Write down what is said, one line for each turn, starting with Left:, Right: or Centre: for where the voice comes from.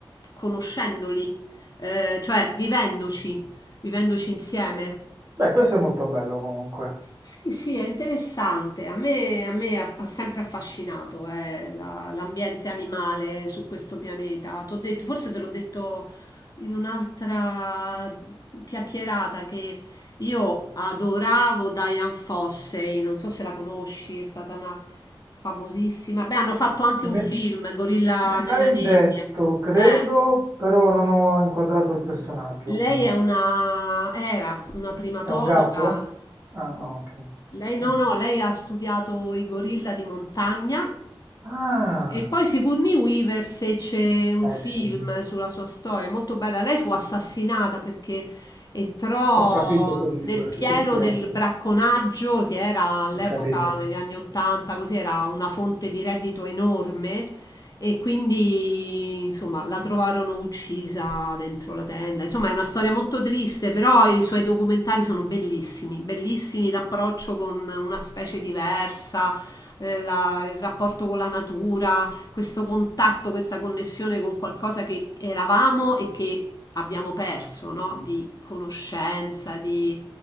Left: conoscendoli, eh, cioè vivendoci, vivendoci insieme.
Right: beh, questo è molto bello comunque.
Left: Sì, sì, è interessante. A me, a me ha, ha sempre affascinato eh, la- l'ambiente animale su questo pianeta. T'ho detto, forse te l'ho detto in un'altra chiacchierata che io adoravo Diane Fossey, non so se la conosci, è stata una famosissima. Beh, hanno fatto anche
Right: Me,
Left: un film, Gorilla
Right: me
Left: nella
Right: l'hai
Left: <laughs> nebbia.
Right: detto, credo,
Left: Eh,
Right: però non ho inquadrato il personaggio.
Left: Lei è una, era una primatologa
Right: È un gatto? Ah, no, ok.
Left: Lei no,
Right: No.
Left: no, lei ha studiato i gorilla di montagna
Right: Ah.
Left: e poi Sigourney Weaver fece un
Right: Beh,
Left: film
Right: sì,
Left: sulla sua storia, molto bella. Lei fu assassinata perché entrò
Right: ho capito comunque
Left: nel pieno
Right: s- e chi è,
Left: del bracconaggio che era all'epoca,
Right: ho capito.
Left: negli anni Ottanta, così era una fonte di reddito enorme e quindi, insomma, la trovarono uccisa dentro la tenda. Insomma, è una storia molto triste, però i suoi documentari sono bellissimi, bellissimi l'approccio con una specie diversa, eh, la- il rapporto con la natura, questo contatto, questa connessione con qualcosa che eravamo e che abbiamo perso, no? Di conoscenza, di